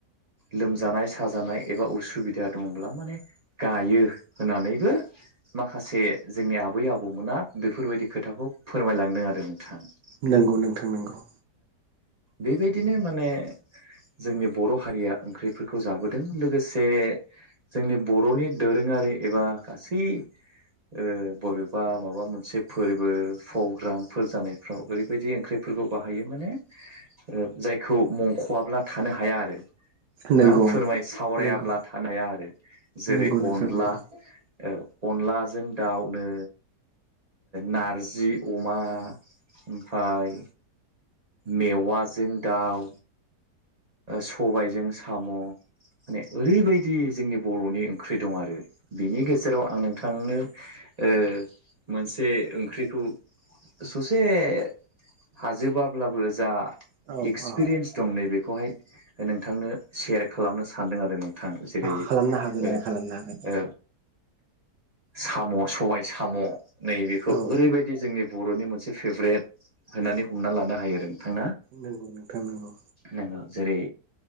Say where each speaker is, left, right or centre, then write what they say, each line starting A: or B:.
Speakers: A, on the right; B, on the right.
A: लोमजानाय साजानाय एबा उसुबिदा दङब्ला माने गायो होननानैबो माखासे जोंनि आबै आबौमोना बेफोरबायदि खोथाखौ फोरमायलांदों आरो नोंथाङा
B: नंगौ नोंथां नंगौ
A: बेबायदिनो माने जोंनि बर' हारिया ओंख्रिफोरखौ जाबोदों लोगोसे जोंनि बर'नि दोरोङारि एबा गासै ओ बबेबा माबा मोनसे फोरबो प्रग्रामफोर जानायफ्राव ओरैबायदि ओंख्रिफोरखौ बाहायो माने ओ जायखौ मंख'वाब्ला थानो हाया आरो
B: नंगौ
A: ना फोरमाय सावरायाब्ला
B: नंगौ
A: थानाया आरो जेरै
B: नंगौ नोंथां
A: अनला
B: नंगौ
A: औ अनलाजों दाउनो नारजि अमा ओमफाय मेवाइजों दाउ सबायजों साम' माने ओरैबायदि जोंनि बर'नि ओंख्रि दं आरो बेनि गेजेराव आं नोंथांनो ओ मोनसे ओंख्रिखौ सो ए हाजोबाब्लाबो जा
B: औ
A: एक्सपिरियेन्स
B: औ
A: दं नैबे बेखौहाय नोंथांनो सेयार खालामनो सानदों आरो नों थां जेरै
B: खालामनो हागोन
A: ओ
B: दे
A: ओ
B: खालामनो हागोन
A: साम' सबाय साम' नैबेखौ
B: औ
A: ओरैबायदि जोंनि बर'नि मोनसे मोनसे फेभरेट होननानै हमना लानो हायो नोंथां
B: नंगौ नोंथां नंगौ
A: नोङो जेरै